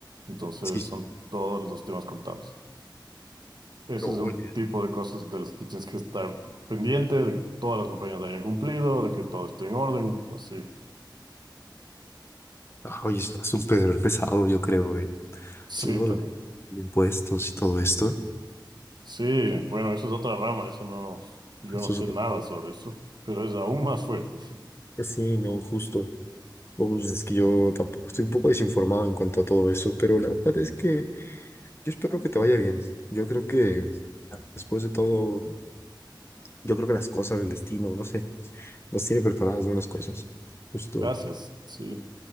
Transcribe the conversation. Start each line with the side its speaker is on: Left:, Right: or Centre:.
Right: Entonces,
Left: Sí, sí.
Right: son todos los temas contables. Ese
Left: No,
Right: es un
Left: oye.
Right: tipo de cosas de las que tienes que estar pendiente, de que todas las compañías hayan cumplido, de que todo esté en orden, así.
Left: ah, Oye, está súper pesado, yo creo, eh.
Right: Sí,
Left: Sí, ¿no?
Right: también.
Left: La- de impuestos y todo esto.
Right: Sí, bueno, eso es otra rama, eso no, yo
Left: Esto
Right: no sé
Left: es súper
Right: nada
Left: pesado.
Right: sobre eso, pero es aún más fuerte, sí.
Left: Pues Sí, no, justo. No, pues es que yo tampoco estoy un poco desinformado en cuanto a todo eso, pero la verdad es que yo espero que te vaya bien. Yo creo que después de todo, yo creo que las cosas del destino, no sé, nos tiene preparadas buenas cosas. Justo.
Right: Gracias, sí.